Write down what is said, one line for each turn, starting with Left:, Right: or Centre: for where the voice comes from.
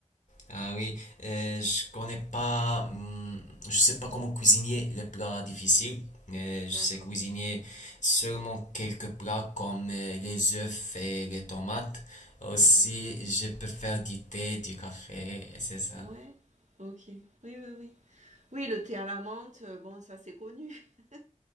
Left: Ah oui, euh,
Right: Mm.
Left: je connais pas, hum, je sais pas comment cuisiner les plats difficiles. Euh, je
Right: D'accord,
Left: sais cuisiner seulement quelques plats comme euh, les œufs et les tomates. Aussi,
Right: d'accord.
Left: je peux faire du thé, du café, et c'est ça.
Right: Ouais, ok. Oui, oui, oui. Oui, le thé à la menthe, euh, bon, ça c'est connu. <laughs>